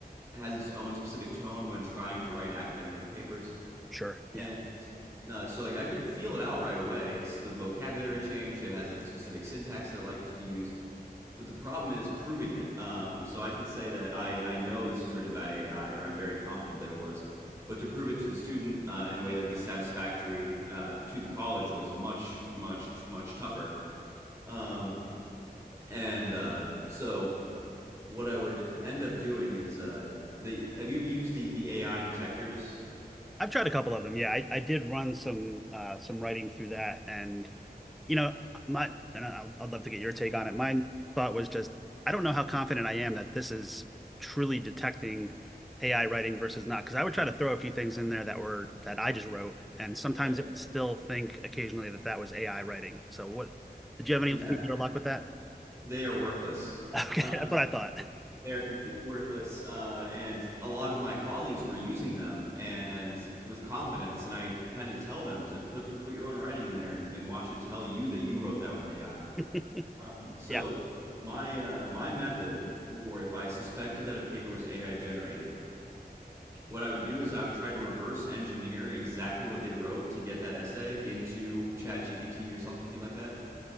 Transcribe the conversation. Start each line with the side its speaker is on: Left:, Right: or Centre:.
Right: has its own specific tone when trying to write academic papers,
Centre: Sure.
Right: and
Centre: Yeah.
Right: uh, so like I could feel it out right away. It's the vocabulary changed. It has like a specific syntax that it liked to use but the problem is proving it. Um, so I can say that I, I know this was written by AI, or I'm very confident that it was. But to prove it to the student uh, in a way that'd be satisfactory uh, to the college was much, much, much tougher. Um, and uh, so what I would end up doing is uh, they have you used the the AI detectors?
Centre: I've tried a couple of them. Yeah, I, I did run some uh, some writing through that, and you know, my and I'll, I'd love to get your take on it. My thought was just, I don't know how confident I am that this is truly detecting AI writing versus not, because I would try to throw a few things in there that were that I just wrote, and sometimes
Right: Yeah,
Centre: it would still think occasionally that that was AI writing. So what did you have any,
Right: exactly.
Centre: any better luck with that? <laughs>
Right: They are worthless.
Centre: Okay,
Right: Um,
Centre: that's what I thought.
Right: They are completely worthless. Uh, and a lot of my colleagues were using them and with confidence. And I had to tell them to put the, put your own writing in there and, and watch it tell you that you wrote that with AI.
Centre: <laughs>
Right: Um, so
Centre: Yeah.
Right: my uh, my method for if I suspected that a paper was AI generated, what I would do is I would try to reverse engineer exactly what they wrote to get that essay into ChatGPT or something like that.